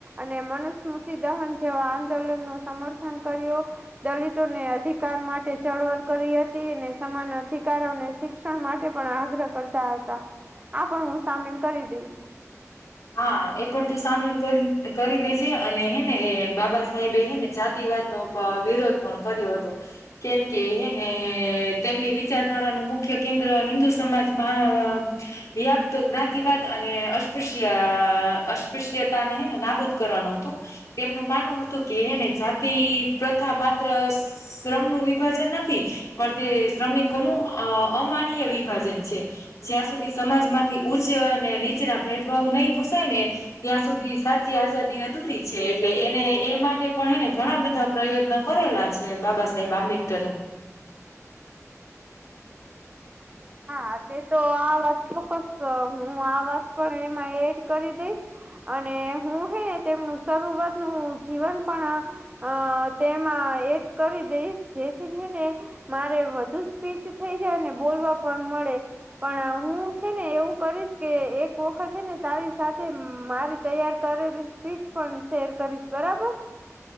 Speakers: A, on the right (about 25°); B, on the left (about 75°).
A: અને મનુસ્મૃતિ દહન જેવા આંદોલન નો સમર્થન કર્યો દલિતોને અધિકાર માટે ચળવળ કરી હતી અને સમાન અધિકારોને શિક્ષણ માટે પણ આગ્રહ કરતા હતા આ પણ હું સામેલ કરી દઈશ
B: હા એ પણ તું સામે કરી કરી દેજે અને હેને એ બાબા સાહેબે હેને જાતિવાદ નો વિરોધ પણ કર્યો હતો કેમ કેને તેમની વિચારધારાનું મુખ્ય કેન્દ્ર હિન્દુ સમાજમાં વ્યાપ્ત જ્ઞાતિવાદ અને અસ્પૃશ્ય અયા અસ્પૃશ્યતાનેને નાબૂદ કરવાનું હતું તેમનું માનવું હતું કે એને જાતિ પ્રથા માત્ર શ્રમ નું વિભાજન નથી પણ તે શ્રમિકોનું અ અમાનય વિભાજન છે જ્યાં સુધી સમાજમાંથી ઉચ્ચ અને નીચના ભેદ બ નહીં ભૂસાાય ને ત્યાં સુધી સાચી આઝાદી અધૂરી છે એટલે એને એ માટે પણ એને ઘણા બધા પ્રયત્ન કરેલા છે બાબા સાહેબ આંબેડકરે એ
A: હા તે તો આવાજ ચોક્કસ હું આવાજ પણ એમાં એડ કરી દઈશ અને હું હે ને તેમનું શરૂઆત નું જીવન પણ અ તેમાં એડ કરી દઈશ જેથી હેને મારે વધુ સ્પીચ થઈ જાય ને બોલવા પણ મળે પણ હું છે ને એવું કરીશ કે એક વખત છે ને તારી સાથે મારી તૈયારી કરેલી સ્પીચ પણ શેર કરીશ બરાબર